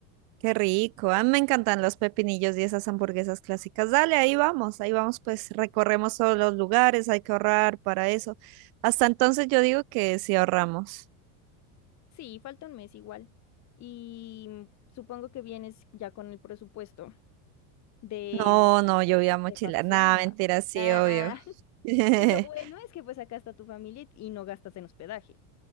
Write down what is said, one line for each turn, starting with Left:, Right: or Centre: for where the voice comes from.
Right: Qué rico. A mí me encantan los pepinillos y esas hamburguesas clásicas. Dale, ahí vamos, ahí vamos, pues recorremos todos los lugares, hay que ahorrar para eso. Hasta entonces yo digo que sí ahorramos.
Left: Sí, falta un mes igual. Y mm, supongo que vienes ya con el presupuesto de,
Right: No, no,
Left: de,
Right: yo voy a mochilar.
Left: de pasear.
Right: Nada, mentira, sí,
Left: Ah,
Right: obvio.
Left: <laughs>
Right: <laughs>
Left: y lo bueno es que pues acá está tu familia y no gastas en hospedaje.